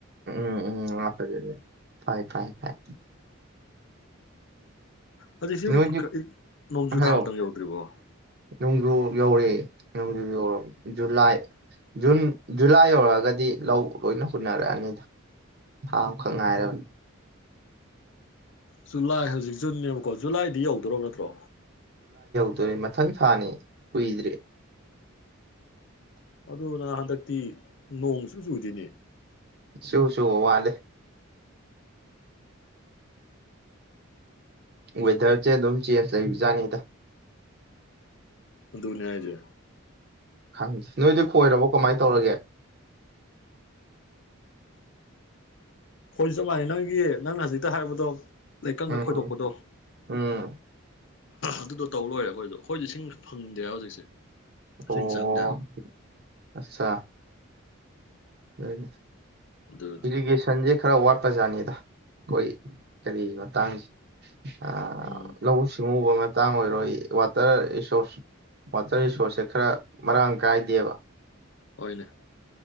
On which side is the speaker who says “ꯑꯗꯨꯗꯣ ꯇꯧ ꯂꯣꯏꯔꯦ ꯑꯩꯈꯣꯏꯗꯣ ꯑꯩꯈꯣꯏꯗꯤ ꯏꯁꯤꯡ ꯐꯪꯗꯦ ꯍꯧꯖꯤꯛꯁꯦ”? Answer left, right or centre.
Left